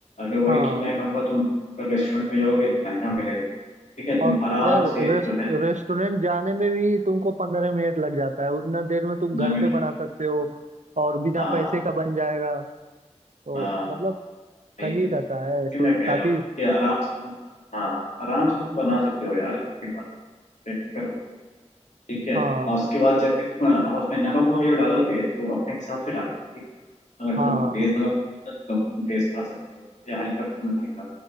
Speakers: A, on the left; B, on the right.
A: अगर
B: हाँ
A: वही तुम मैं कहूँगा तुम अगर रेस्टोरेंट में जाओगे तो महंगा मिलेगा ठीक है तुम
B: और
A: आराम
B: यार
A: से जो
B: रेस्ट
A: है
B: रेस्टोरेंट जाने में भी तुमको पंद्रह मिनट लग जाता है उतना देर में तुम
A: पंद्रह
B: घर
A: मिनट
B: पे बना सकते हो और बिना
A: हाँ
B: पैसे का बन जाएगा तो
A: हाँ
B: मतलब
A: वही
B: सही
A: चीज़
B: रहता है ऐसे
A: ये मैं कह
B: काफी
A: रहा हूँ कि आराम से तुम हाँ आराम से तुम बना सकते हो यार घर पे ही बना बेफिक्र हो ठीक है
B: हाँ
A: और उसके बाद जब भी तुम अ, उसमें नमक वमक जब डालोगे तो अपने हिसाब से डालना ठीक है अगर
B: हाँ
A: तुमको तेज नमक पसंद है तो तुम तेज खा सकते हो या हल्का पसंद है हल्का